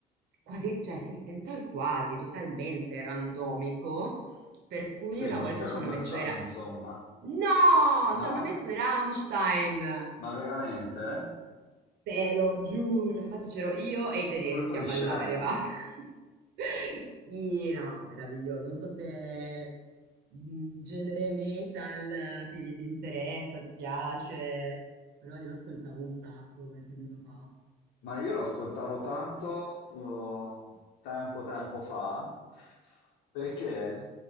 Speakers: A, on the right (about 75°); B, on the left (about 75°).
A: quasi, cioè sì, senza il quasi, totalmente randomico, per cui
B: Sì,
A: una
B: musica
A: volta ci
B: commerciale,
A: hanno messo i... Ra-
B: insomma.
A: No, ci
B: No?
A: hanno messo i Rammstein.
B: Ma veramente?
A: Te lo giuro, infatti c'ero io e i tedeschi
B: Colpo di
A: a ballare,
B: scena.
A: ma... <laughs> Sì, no, meraviglioso. Non so se mm, genere metal eh, ti, ti interessa, ti piace, però io lo ascoltavo un sacco qualche anno fa.
B: Ma io lo ascoltavo tanto uh, tempo tempo fa, perché eh,